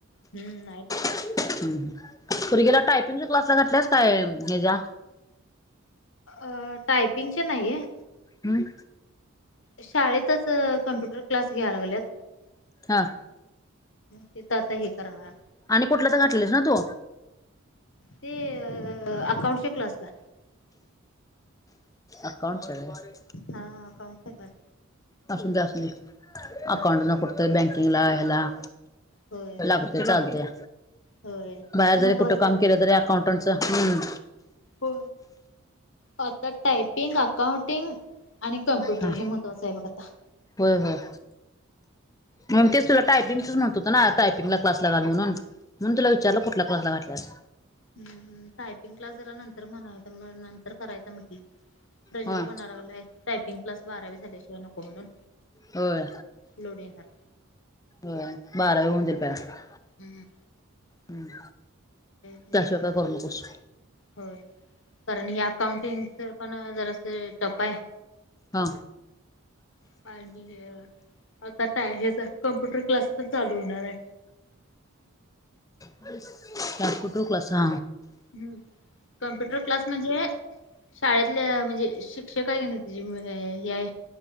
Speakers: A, on the left; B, on the left.
A: हम्म्म नाईट हाय.
B: हम्म पोरगीला टायपिंगच्या क्लासला घातल्यास काय ह्याच्या्या
A: अ टायपिंगचे नाही.
B: हम्म.
A: शाळेतच कम्प्युटर क्लास घ्याय लागल्यात.
B: हा
A: ते तर आता हे करणार.
B: आणि कुटला तर घातलीस ना तू?
A: ते अकाउंटच्या क्लासला.
B: अकाऊंट च्या होय.
A: हा अकाउंटच्या क्लास
B: असूदे असूदे
A: हम्म
B: अकाऊंट ला पण. बँकिंग ला हेला
A: होय
B: लागत्या चालत्या.
A: होय
B: बाहेर
A: ते महत्त्वाचं
B: जरी कुठे काम
A: आहे
B: केलं तरी अकाउंटच. हम.
A: हो. आता टायपिंग, अकाउंटिंग, आणि कम्प्युटर
B: हा
A: हे महत्त्वांच आहे बघ आता.
B: होय होय. मग तेच तुला टायपिंगच म्हणत होतो ना. टायपिंगला क्लास ला घाल म्हणून, म्हणून तुला विचारलो कुठला क्लास ला घातल्यास.
A: हम हम. टायपिंग क्लास जरा नंतर म्हणायचा नंतर करायचा म्हटली. प्रज्वल
B: होय
A: म्हणाय लागलाय टायपिंग क्लास बारावी झाल्याशिवाय नको म्हणून.
B: होय.
A: लोड येणार
B: होय. बारावी होऊन दे पहिला.
A: हम्.
B: हम्.
A: पण
B: त्याशिवाय
A: हे होणार
B: काय करू नकोस.
A: होय. कारण या अकाउंटिंगच पण जरास टप आहे.
B: हा.
A: काळजी घे. आता टाय हेज कम्प्युटर क्लास पण चालू होणार आहे.
B: बस. त्यात कुठ बसा.
A: ह कम्प्युटर क्लास म्हणजे, शाळेतल्या म्हणजे शिक्षक आहे की नाही ते म्हणजे हे हाय